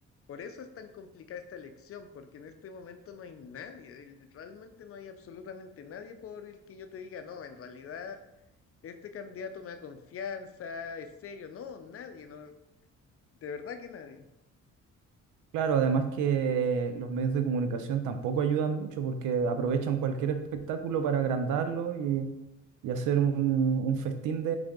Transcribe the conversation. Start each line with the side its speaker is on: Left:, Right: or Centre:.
Left: Por eso es tan complicada esta elección, porque en este momento no hay nadie, el- realmente no hay absolutamente nadie por el que yo te diga, no, en realidad este candidato me da confianza, es serio, no, nadie, no, de verdad que nadie.
Right: Claro, además que los medios de comunicación tampoco ayudan mucho porque aprovechan cualquier espectáculo para agrandarlo y, y hacer un, un festín de,